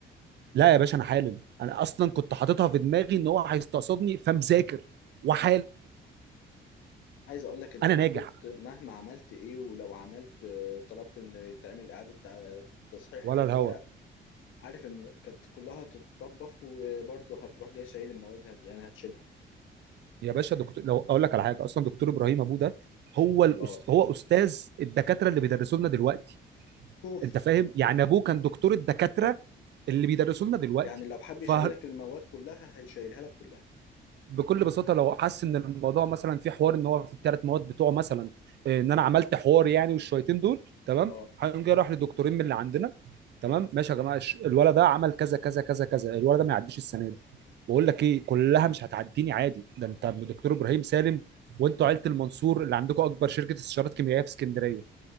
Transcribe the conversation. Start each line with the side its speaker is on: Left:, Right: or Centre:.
Right: لا يا باشا انا حالل انا اصلا كنت حاططها في دماغي ان هو هيستقصدني فمذاكر وحالل
Left: عايز اقول لك انت
Right: انا
Left: لو
Right: ناجح
Left: كنت مهما عملت ايه ولو عملت آه، طلبت ان يتعمل اعاده تع- تصحيح
Right: ولا
Left: للورق
Right: الهوا
Left: عارف ان كانت كلها هتتطبخ وبرضه هتروح جاي شايل المواد هت- يعني هتشيلها
Right: يا باشا دكتور لو اقول لك على حاجه اصلا دكتور ابراهيم ابوه ده هو الأست...
Left: اه
Right: هو استاذ الدكاتره اللي بيدرسوا لنا دلوقتي
Left: اوف
Right: انت فاهم يعني ابوه كان دكتور الدكاتره اللي بيدرسوا لنا دلوقتي
Left: يعني لو حب
Right: ف...
Left: يشيلك المواد كلها هيشيلها لك كلها
Right: بكل بساطه لو حس ان الموضوع مثلا في حوار ان هو في الثلاث مواد بتوعه مثلا إيه، ان انا عملت حوار يعني والشويتين دول تمام
Left: اه
Right: هيقوم جاي راح لدكتورين من اللي عندنا تمام ماشي يا جماعه الش- الولد ده عمل كذا كذا كذا كذا الولد ده ما يعديش السنه دي بقول لك ايه كلها مش هتعديني عادي ده انت ابن دكتور ابراهيم سالم وانتوا عيله المنصور اللي عندكم اكبر شركه استشارات كيميائيه في اسكندريه